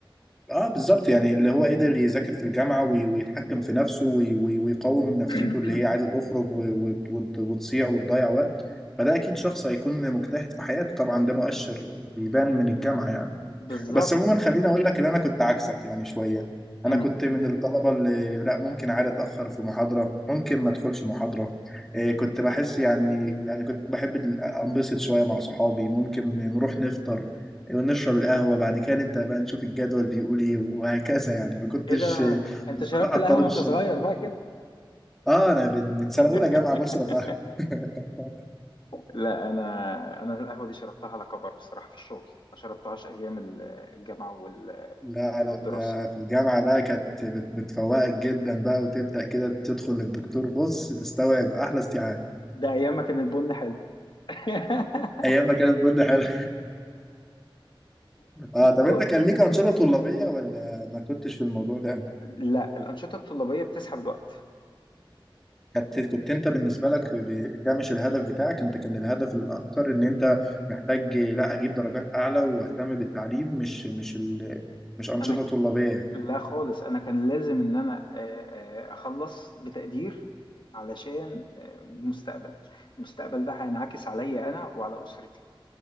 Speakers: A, in the centre; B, on the left.
A: اه بالظبط يعني اللي هو قدر يذاكر في الجامعه وي- ويتحكم في نفسه وي- وي- ويقاوم نفسيته
B: <coughs>
A: اللي هي عايزه تخرج و- وت- وت- وتصيع وتضيع وقت فده اكيد شخص هيكون مجتهد في حياته طبعا ده مؤشر بيبان من الجامعه يعني
B: <clears throat> بالظبط
A: بس عموما خليني اقول لك ان انا كنت عكسك يعني شويه
B: مم.
A: انا كنت من الطلبه اللي لا ممكن عادي اتاخر في محاضره ممكن ما ادخلش محاضره إيه كنت بحس يعني يعني كنت بحب ال- انبسط شويه مع صحابي ممكن نروح نفطر إيه، نشرب القهوه بعد كده نبدا بقى نشوف الجدول بيقول ايه وهكذا يعني ما كنتش
B: ايه ده
A: آه،
B: انت
A: بصراحه
B: شربت القهوة
A: الطالب
B: وانت
A: الشاطر
B: صغير بقى كده
A: اه انا من من سنه اولى جامعه
B: <laughs>
A: بشرب قهوه <laughs>
B: لا انا انا القهوه دي شربتها على كبر بصراحه في الشغل ما شربتهاش ايام ال- الجامعه وال-
A: لا لا
B: والدراسه
A: ده في الجامعة بقى كانت بت- بتفوقك جدا بقى وتبدأ كده تدخل للدكتور بص تستوعب أحلى استيعاب
B: ده ايام ما كان البن حلو <laughs>
A: أيام ما كانت برضه حلوة <laughs> اه طب
B: كو-
A: أنت كان ليك أنشطة طلابية ولا ما كنتش في الموضوع ده أوي؟
B: لا الانشطه الطلابيه بتسحب الوقت
A: كنت كنت أنت بالنسبة لك ب- ده مش الهدف بتاعك أنت كان الهدف الأكتر إن أنت محتاج لا أجيب درجات أعلى وأهتم بالتعليم مش مش ال... مش أنشطة
B: انا ك-
A: طلابية يعني.
B: لا خالص انا كان لازم ان انا آه، آه، اخلص بتقدير علشان آه، المستقبل المستقبل ده هينعكس عليا انا وعلى اسرتي